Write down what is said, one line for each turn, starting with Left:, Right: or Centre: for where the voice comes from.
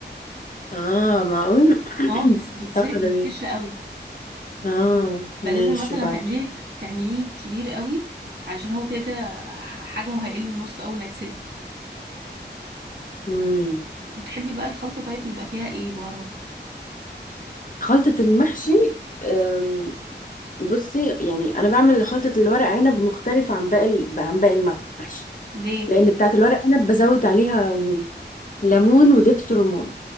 Left: اه معقول <coughs>
Right: اه
Left: <clears throat>
Right: بيس- بيتسرق
Left: اه جميل
Right: بيكش قوي
Left: اه
Right: فلازم
Left: ماشي
Right: مثلا
Left: وبعد
Right: تعمليه تعمليه كبير قوي علشان هو كده كده حجمه هيقل النص اول ما يتسلق
Left: مم.
Right: بتحبي بقى الخلطة طيب يبقى فيها ايه بهارات
Left: خلطة المحشي أم، بصي يعني انا بعمل خلطة الورق عنب مختلفة عن باقي عن باقي المحشي
Right: ليه
Left: لان بتاعه الورق عنب بزود عليها ليمون ودبس رمان